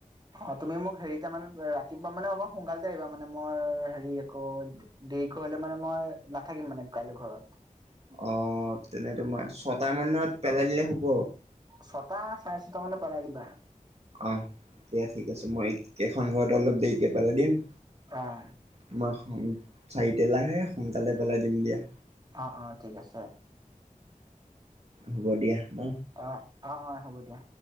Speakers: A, on the right; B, on the right.
A: অ, তুমি মোক হেৰি তাৰ মানে ৰাতিপুৱা মানে অ, সোনকালতে আহিবা মানে মোৰ হেৰি আকৌ দেৰিকে হলে মানে মই নাথাকিম মানে কাইলৈ ঘৰত
B: অ, তেনে তোমাৰ ছটা মানত পেলাই দিলে হ'ব।
A: ছটা, চাৰে ছটা মানে পেলাই দিবা।
B: আহ দিয়া ঠিক আছে মই কেইখন ঘৰত অলপ দেৰিকে পেলাই দিম।
A: অ'।
B: তোমাৰ চাৰিটলাহে সোনকালে পেলাই দিম দিয়া।
A: অ', অ', ঠিক আছে।
B: হ'ব দিয়া ন।
A: অ', অ', অ', হ'ব দিয়া।